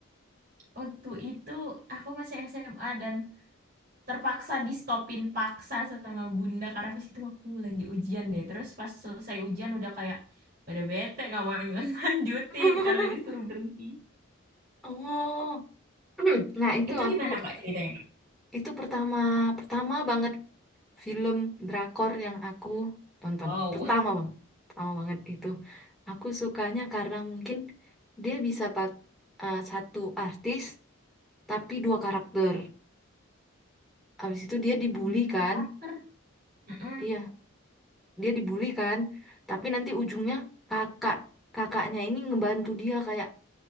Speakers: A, on the right; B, in the centre.
A: Waktu itu aku masih SMA dan terpaksa di stopin paksa sama bunda karena pas itu waktu lagi ujian deh. Terus pas selesai ujian udah kayak udah bete nggak mau <laughs> lanjutin
B: <laughs>
A: karena disuruh berhenti.
B: Oh. <clears throat> Nah, itu
A: Itu
B: aku
A: gimana Kak ceritanya Kak?
B: itu pertama pertama banget film drakor yang aku tonton.
A: Wow.
B: Pertama, Bang. Pertama banget itu. Aku sukanya karena mungkin dia bisa pak eh, satu artis tapi dua karakter. Habis itu dia dibully
A: Dua
B: kan?
A: karakter. Mm-mm.
B: Iya, dia dibully kan tapi nanti ujungnya kakak kakaknya ini ngebantu dia kayak